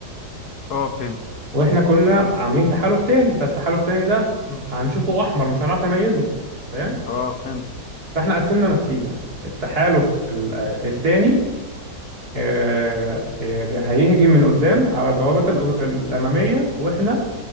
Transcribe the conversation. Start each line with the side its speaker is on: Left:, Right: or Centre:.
Left: اه فهمت
Right: واحنا كنا عاملين تحالف تاني فالتحالف التاني ده م- هنشوفه احمر مش هنعرف نميزه فاهم
Left: اه فهمت
Right: فاحنا قسمنا نفسينا التحالف ال- آه، التاني آه، آه، هيهجم من قدام على البوابة الأ- الأمامية وإحنا